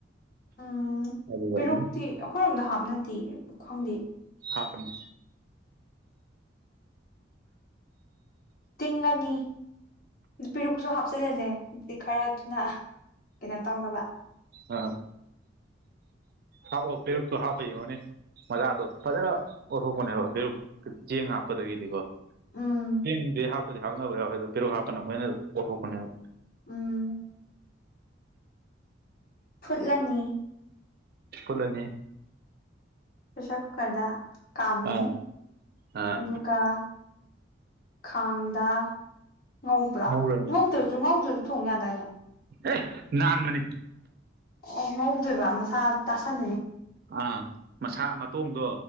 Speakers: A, on the left; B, on the right.
A: ꯎꯝ
B: ꯑꯗꯨꯒ
A: ꯄꯦꯔꯨꯛꯇꯤ
B: ꯑꯗꯨꯝ
A: ꯑꯩꯈꯣꯏꯔꯣꯝꯗ ꯍꯥꯞꯅꯗꯦ ꯈꯪꯗꯦ꯫
B: ꯍꯥꯞꯄꯅꯦ꯫
A: ꯇꯤꯡꯉꯅꯤ ꯄꯦꯔꯨꯛꯁꯨ ꯍꯥꯞꯆꯤꯜꯂꯁꯦ ꯑꯗꯨꯗꯤ ꯈꯔ ꯊꯨꯅ꯫ ꯀꯩꯅꯣ ꯇꯧꯅꯕ꯫
B: ꯑ ꯍꯥꯞꯄꯣ ꯄꯦꯔꯨꯛ ꯣ ꯍꯥꯞꯄ ꯌꯦꯡꯉꯣꯅꯦ ꯃꯖꯥꯗꯣ ꯐꯖꯅ ꯑꯣꯊꯣꯛꯄꯅꯦꯕ ꯐꯦꯔꯨ ꯆꯦꯡ ꯍꯥꯞꯄꯗꯒꯤꯗꯤꯀꯣ
A: ꯎꯝ
B: ꯆꯦꯡꯗꯤ ꯍꯥꯞꯇꯗꯤ ꯍꯥꯞꯅꯕ ꯌꯥꯎꯋ ꯑꯗꯣ ꯄꯦꯔꯨꯛ ꯍꯥꯞꯄꯅ ꯃꯣꯏꯅ ꯑꯣꯊꯣꯛꯄꯅꯦꯕ꯫
A: ꯎꯝ꯫ ꯐꯨꯠꯂꯅꯤ꯫
B: ꯐꯨꯠꯂꯅꯤ꯫
A: ꯄ꯭ꯔꯦꯁꯔ ꯀꯨꯀꯔꯗ ꯀꯥꯝꯃꯅꯤ
B: ꯑꯥ ꯑꯥ
A: ꯑꯗꯨꯒ ꯈꯥꯡꯗ ꯉꯧꯕ꯭ꯔꯥ
B: ꯉꯧꯔꯅꯤ
A: ꯉꯧꯗ꯭ꯔꯁꯨ ꯉꯧꯗ꯭ꯔꯁꯨ ꯊꯣꯡ ꯌꯥꯗꯥꯏꯅꯦ꯫
B: ꯑꯦ ꯅꯥꯟꯕꯅꯤ꯫
A: ꯑꯣ ꯉꯧꯗꯣꯏꯕ ꯃꯁꯥ ꯇꯥꯁꯟ
B: ꯑꯥ ꯃꯁꯥ ꯃꯇꯣꯡꯗꯣ